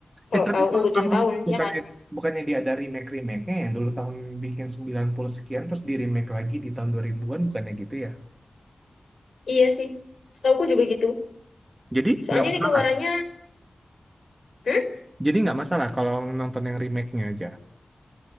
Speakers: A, on the left (about 85°); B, on the right (about 30°).
A: Kalau
B: Eh tapi
A: tahu
B: kalau
A: ngurutin
B: tahun
A: tahun,
B: itu bukannya
A: ya kan?
B: bukannya dia ada remake remake-nya ya dulu tahun bikin 90 sekian terus di remake lagi di tahun 2000-an bukannya gitu ya.
A: Iya sih. Setauku juga gitu.
B: Jadi
A: Soalnya
B: nggak masalah.
A: ini keluarannya, hmm,
B: Jadi nggak masalah kalau nonton yang remake-nya aja.